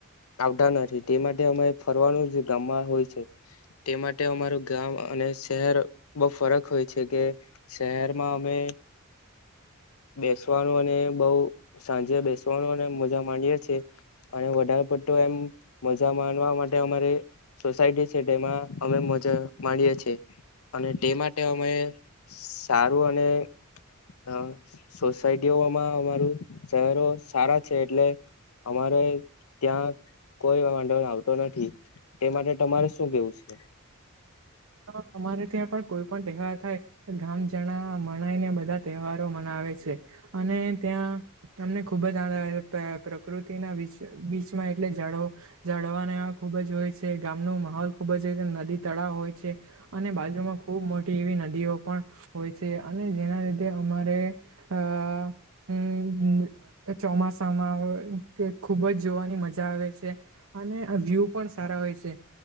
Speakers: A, on the left; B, on the right.
A: આવતા નથી તે માટે અમે ફરવાનું ગામમાં હોય છે તે માટે અમારું ગામ અને શહેર બઉ ફરક હોય છે કે શહેરમાં અમે બેસવાનું અને બઉ સાંજે બેસવાનું અને મજા માંડીએે છીએ અને વધારે એ મજા માણવા માટે અમારી સોસાયટી છે. તેમાં અમે મજા માણી છે અને તે માટે અમે સારું અને અ સોસાયટીઓમાં અમારું શહેરો સારા છે એટલે અમારે ત્યાં કોઈ વાંધો આવતો નથી. તે માટે તમારે શું કેવું છે?
B: હા અમારે ત્યાં પણ કોઈ પણ તહેવાર થાય ગામ જણા મનાય ને બધા તહેવારો મનાવે આવે છે અને ત્યાં તમને ખુબ જ આંદ પ્રકૃતિના બી બીચમાં એટલે ઝાળ જળવાને ખુબજ હોય છે, ગામનો માહોલ ખુબ જ હોય છે નદી, તળાવ હોય છે અને બાજુમાં ખૂબ મોટી એવી નદીઓ પણ હોય છે અને જેના લીધે અમારે અ હુ ચોમાસામાં અવે કે ખુબ જ જોવાની મજા આવે છે અને વ્યુ પણ સારા હોય છે.